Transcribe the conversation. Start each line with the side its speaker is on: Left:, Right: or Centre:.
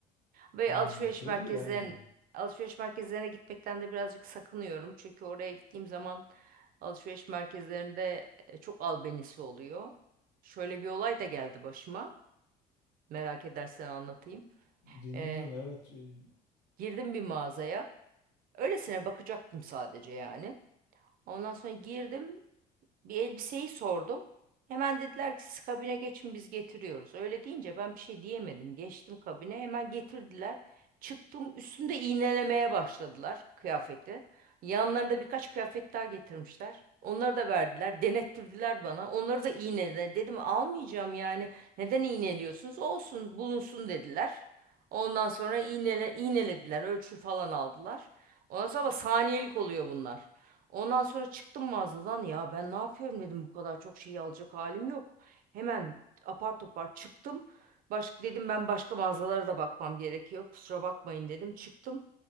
Right: Ve
Left: hmm,
Right: alışveriş
Left: çok
Right: merkezlerin
Left: iyi yani
Right: alışveriş merkezlerine gitmekten de birazcık sakınıyorum. Çünkü oraya gittiğim zaman alışveriş merkezlerinde e, çok albenisi oluyor. Şöyle bir olay da geldi başıma. Merak edersen anlatayım.
Left: dinliyorum
Right: E,
Left: evet. şey-
Right: girdim bir mağazaya. Öylesine bakacaktım sadece yani. Ondan sonra girdim bir elbiseyi sordum. Hemen dediler ki siz kabine geçin biz getiriyoruz. Öyle deyince ben bir şey diyemedim. Geçtim kabine hemen getirdiler. Çıktım üstümde iğnelemeye başladılar kıyafeti. Yanlarında birkaç kıyafet daha getirmişler. Onları da verdiler, denettirdiler bana. Onları da iğnelediler. Dedim almayacağım yani. Neden iğneliyorsunuz? Olsun, bulunsun dediler. Ondan sonra iğnele, iğnelediler, ölçü falan aldılar. Ondan sonra ama saniyelik oluyor bunlar. Ondan sonra çıktım mağazadan ya ben ne yapıyorum dedim bu kadar çok şeyi alacak halim yok. Hemen apar topar çıktım. Baş, dedim ben başka mağazalara da bakmam gerekiyor. Kusura bakmayın dedim. Çıktım.